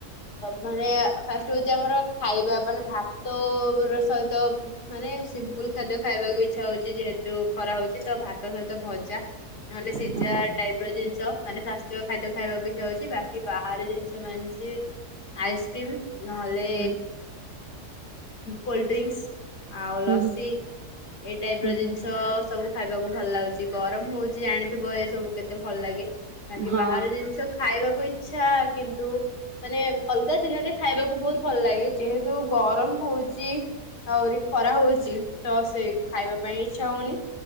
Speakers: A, on the left; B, on the right.
A: ମାନେ ଫାଷ୍ଟ ହଉଛି ଆମର ଖାଇବା ମାନେ ଭାତ ର ସହିତ ମାନେ ସିମ୍ପଲ ଖାଦ୍ୟ ଖାଇବାକୁ ଇଚ୍ଛା ହଉଛି ଯେହେତୁ ଖରା ହଉଛି ତ ଭାତ ସହିତ ଭଜା ନହେଲେ ସିଝା
B: ହଁ
A: ଟାଇପ ର ଜିନିଷ ମାନେ ସ୍ୱାସ୍ଥ୍ୟ ଖାଦ୍ୟ ଖାଇବାକୁ ଇଚ୍ଛା ହଉଛି ବାକି ବାହାର ଜିନିଷ ମାନଛି ଆଇସ୍କ୍ରିମ ନହେଲେ
B: ହୁଁ
A: କୋଲଡ ଡ୍ରିଙ୍କସ ଆଉ
B: ହୁଁ
A: ଲସି
B: ହୁଁ
A: ଏଇ ଟାଇପ
B: ହୁଁ
A: ର
B: ହୁଁ
A: ଜିନିଷ ସବୁ ଖାଇବାକୁ ଭଲ ଲାଗୁଛି ଗରମ ହଉଛି ଜାଣିଥିବ ଏ ସବୁ କେତେ ଭଲ ଲାଗେ। ବା କି
B: ହଁ
A: ବାହାର ଜିନିଷ ଖାଇବାକୁ ଇଚ୍ଛା କିନ୍ତୁ ମାନେ ଅଲଗା ଦିନରେ ଖାଇବାକୁ ବହୁତ ଭଲ ଲାଗେ ଯେହେତୁ ଗରମ ହଉଛି ଆହୁରି ଖରା ହଉଛି ତ ସେ ଖାଇବା ପାଇଁ ଇଚ୍ଛା ହଉନି